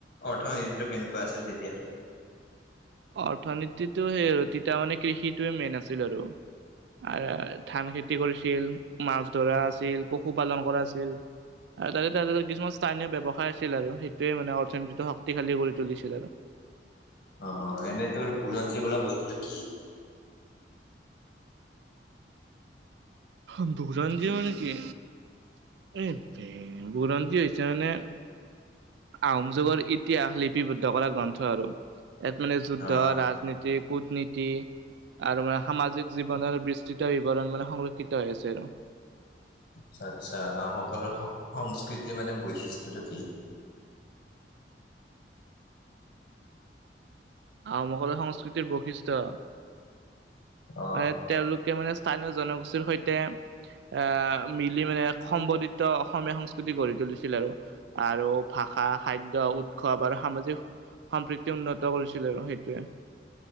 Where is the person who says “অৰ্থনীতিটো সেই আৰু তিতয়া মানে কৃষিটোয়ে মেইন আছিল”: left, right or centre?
Right